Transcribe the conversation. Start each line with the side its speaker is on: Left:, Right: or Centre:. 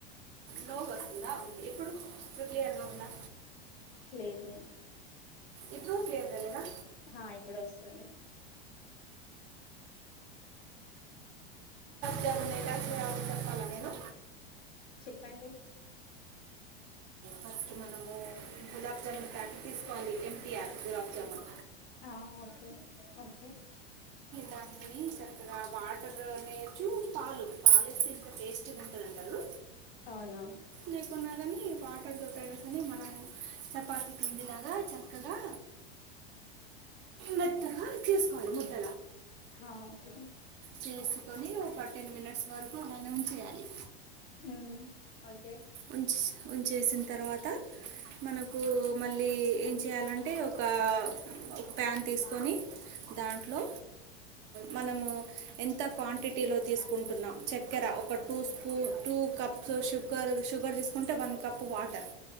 Right: నవవు ఇప్పుడు క్లియర్గ ఉందా
Left: లేద
Right: ఇప్పుడు క్లియర్గా లేదా
Left: హా ఇప్పుడు వస్త్ సలే
Right: జమన్ ఎలా చేయాలో చెప్పాలా నేను
Left: పండి
Right: ఫస్ట్ మనము గులాబ్ జామున్ ప్యాకిట్ తీసుకోవాలి ఎంటిఆర్ గులాబ్ జామున్
Left: ఆ ఓకే కె
Right: దాన్నీ చక్కగా వాడ్ నేజూ పాలు పాలేస్తే ఇంక టెస్ట్ గా ఉంటది అంటరు
Left: అవును
Right: లేకున్నా గనీ వాటర్ తోట్ అయిన ని మనము చెప్ పాతిపిండిలాగా చక్కగా మెత్తగా చేసుకోవాలి మొత్
Left: హ ఓకె
Right: చేసుకొని ఒక టెన్ మినిట్స్ వరకు నాని ఉంచేయాలి
Left: ఉమ్ ఓకే
Right: ఉంచెస్ ఉంచేసిన్ తర్వాత మనకూ మళ్ళీ ఏం చేయాలంటే ఒకా ఒక్ ప్యాన్ తీసుకొని దాంట్లొ మనమూ ఎంత క్వాంటి టీ లో తీసుకుంటున్నాం చెక్ చెక్కర ఒక two spoon two two cups sugar sugar తీసుకుంటే వన్ కప్పు వాటర్